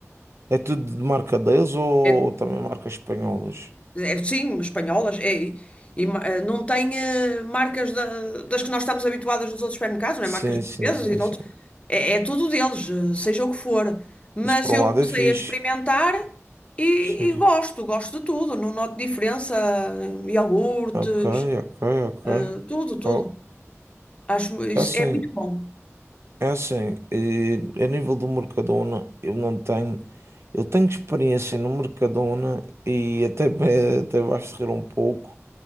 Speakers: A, on the right; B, on the left.
A: É tudo de marca deles ou
B: É,
A: também marcas espanholas?
B: é, sim, espanholas, é, e, e ma- eh, não tem eh, marcas da- das que nós estamos habituadas nos outros supermercados, não
A: Sim,
B: é? Marcas portuguesas
A: sim, sim,
B: e de
A: sim.
B: outros. É, é tudo deles, eh, seja o que for. Mas
A: Isso por
B: eu
A: um lado
B: comecei
A: é fixe.
B: a experimentar e,
A: Sim.
B: e gosto, gosto de tudo. Não noto diferença, eh, iogurtes,
A: Ok, ok, ok.
B: eh, tudo, tudo.
A: Top.
B: Acho isso
A: É assim,
B: é muito bom.
A: É assim, eh, a nível do Mercadona, eu não tenho. Eu tenho experiência no Mercadona e até, me- até vais rir um pouco.